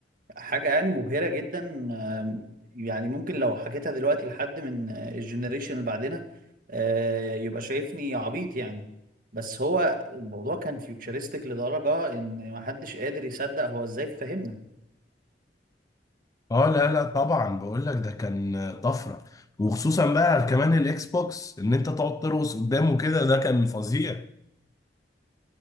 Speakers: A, on the right; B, on the left.
A: حاجة يعني مبهرة جدا آم، يعني ممكن لو حكيتها دلوقتي لحد من آه، الجنريشن اللي بعدنا آه، يبقى شايفني عبيط يعني بس هو الموضوع كان فيوتشرستيك لدرجة ان محدش قادر يصدق هو ازاي فهمنا
B: اه لا لا طبعا بقول لك ده كان طفره وخصوصا بقى كمان الاكس بوكس ان انت تقعد ترقص قدامه كده ده كان فظيع